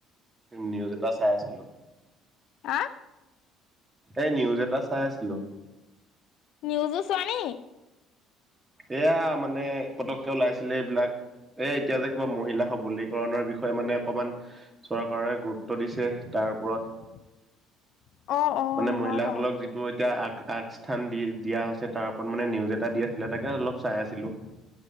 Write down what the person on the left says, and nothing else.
হা?
নিউজো চুৱা নকি?
<unintelligible> অ
হয় বাৰু
দেই